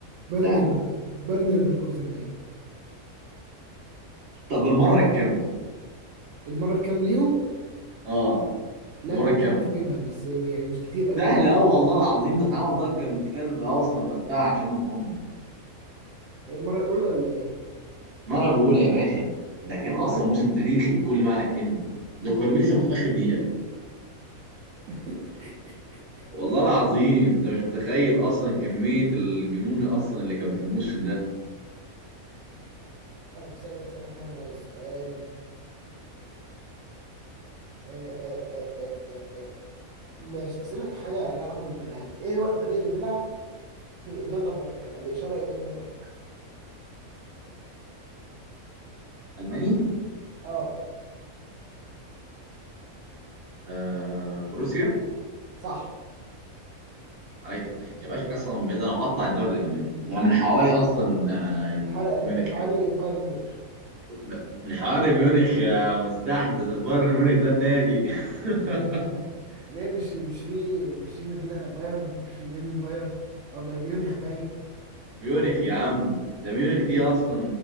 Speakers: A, on the right (about 65°); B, on the right (about 45°).
A: بايرن
B: سهله
A: ليفر- بايرن ليفركوزن باين
B: طب المره الكام؟
A: المره الكام ليهم
B: اه
A: لا
B: المره
A: دي
B: الكام؟
A: مش عارف اجيبها بس يعني مش كتير قوي
B: سهله
A: يعني
B: قوي والله العظيم ده اتعمل ضجه بنت كلب اصلا وقتها عشانهم هم
A: المره الاولى ولا ايه
B: المره الاولى يا باشا ده كان
A: والله
B: اصلا موسم تاريخي بكل معنى الكلمه ده كانوا بيكسبوا في اخر دقيقه
A: <laughs>
B: والله العظيم انت مش متخيل اصلا كمية الجنون اصلا اللي كان في الموسم ده
A: طب ثانية أسألك أنا بقى سؤال آه، آه، آه، آه، آه، آه. ماشي أسألك حاجة لها علاقة بالملاعب إيه هو الفريق اللي بيلعب في إدونا بارك الإشارة إدونا بارك
B: الماني
A: أه
B: آه بروسيا
A: صح
B: عليك يا باشا قسما بالله انا مقطع الدوري الالماني ده من حوالي اصلا آه،
A: الحواري الم...
B: ميونخ
A: الحواري
B: يا
A: بايرن ميونخ <laughs>
B: ده من حوالي ميونخ يا مستحدث بايرن ميونخ ده النادي <laughs>
A: ليه مش مش في مش في مدينة بايرن مش في مدينة بايرن أو ب- ميونخ باين
B: ميونخ يا عم ده ميونخ دي اصلا